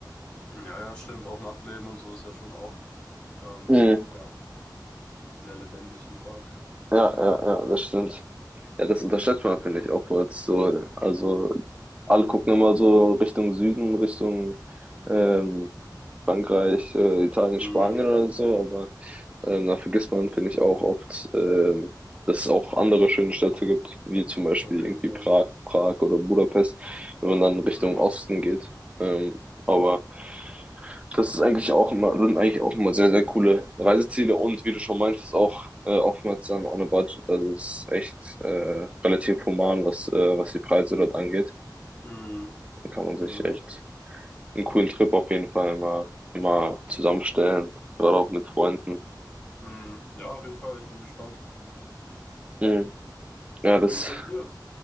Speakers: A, on the left; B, on the right.
A: Ja, ja, stimmt. Auch Nachtleben und so ist ja schon auch, ähm,
B: Mhm.
A: ja, sehr lebendig in Prag.
B: Ja, ja, ja, das stimmt. Ja, das unterschätzt man, finde ich, auch jetzt so. Also, alle gucken immer so Richtung Süden, Richtung ähm, Frankreich, äh, Italien,
A: Hm,
B: Spanien oder so, aber ähm, da vergisst man, finde ich, auch oft, ähm, dass es auch andere schöne Städte gibt, wie zum Beispiel
A: auf jeden
B: irgendwie
A: Fall.
B: Prag, Prag oder Budapest, wenn man dann Richtung
A: Hm,
B: Osten geht. Aber das ist eigentlich auch immer, sind eigentlich auch immer sehr, sehr coole Reiseziele und wie du schon meintest, auch äh, oftmals dann on a budget. Also es ist echt äh, relativ human, was, äh, was die Preise dort angeht.
A: hm,
B: Dann kann man
A: genau.
B: sich echt einen coolen Trip auf jeden Fall mal, mal zusammenstellen, gerade auch mit Freunden.
A: Hm, ja, auf jeden Fall. Ich bin gespannt.
B: Mhm. Ja,
A: Und
B: das.
A: wie ist bei dir?